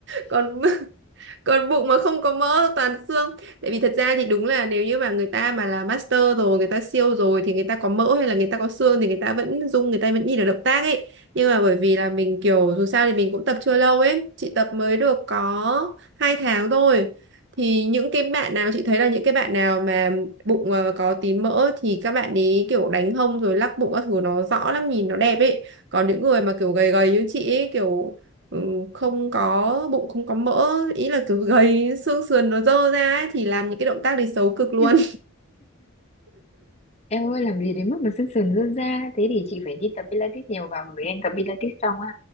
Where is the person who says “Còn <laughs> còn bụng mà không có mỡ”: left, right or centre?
Right